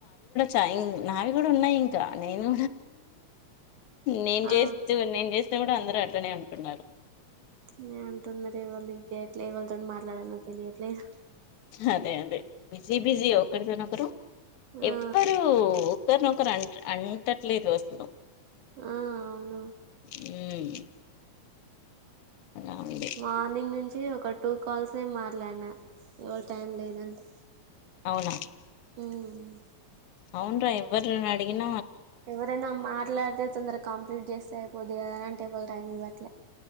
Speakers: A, on the left (about 75°); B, on the right (about 85°).
A: టైం నావి గూడా ఉన్నాయి ఇంకా, నేను నేను
B: ఆ
A: జేస్తూ నేను జే స్తు గూడా అందరు అట్లనే అంటున్నారు.
B: నే అంటున్నా ఎవరు లిఫ్ట్ చేయట్లే, యెవళ్ళితో మాట్లాడాల్నో తెలియట్లేదు.
A: అదే అదే బిజీ బిజీ ఒకరితోనొకరు
B: ఆ
A: ఎవ్వరు ఒకరినొకరు అంట అంటట్లేదు అసలు
B: ఆ అవును.
A: ఉమ్ అలా ఉంది
B: మార్నింగ్ నుంచి ఒక టూ కాల్సే మాట్లాడిన ఎవరు టైం లేదంటే
A: అవునా!
B: ఉమ్
A: అవును రా ఎవ్వర్ని అడిగిన
B: ఎవరైనా మాట్లాడితే తొందరగా కంప్లీట్ జేస్తే, అయిపోద్ది గదా అంటే ఎవ్వరు టైమివ్వట్లే